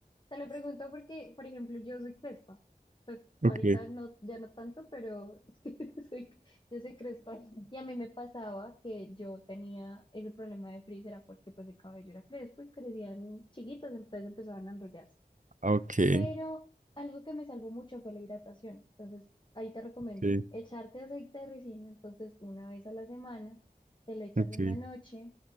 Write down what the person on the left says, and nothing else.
Te lo pregunto porque, por ejemplo, yo soy crespa. Pues
ahorita no, ya no tanto, pero <laughs> sí, soy, yo soy crespa. Y a mí me pasaba que yo tenía ese problema de frizz, era porque pues el cabello era crespo y crecían chiquitos, entonces empezaban a enrollarse.
Pero algo que me salvó mucho fue la hidratación. Entonces, ahí te recomiendo
echarte aceite de ricino, entonces una vez a la semana, te lo echas
en la noche